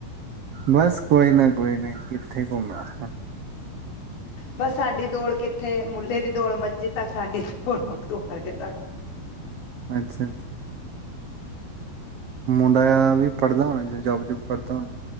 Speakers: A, on the right; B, on the left.
A: ਬਸ ਕੋਈ ਨਾ ਕੋਈ ਨਾ ਕਿੱਥੇ ਘੁੰਮਣਾ
B: ਬਸ ਸਾਡੀ ਦੌੜ ਕਿੱਥੇ ਮੁੰਡੇ ਦੀ ਦੌਲ ਮੱਜੀ ਤੱਕ ਸਾਡੀ ਦੌੜ ਗੁਰਦੁਆਰੇ ਤੱਕ
A: ਅੱਛਾ, ਅੱਛਾ ਮੁੰਡਾ ਵੀ ਪੜ੍ਹਦਾ ਹੋਣਾ, ਯਾ ਜੋਬ ਜੁਬ ਕਰਦਾ ਹੋਣਾ।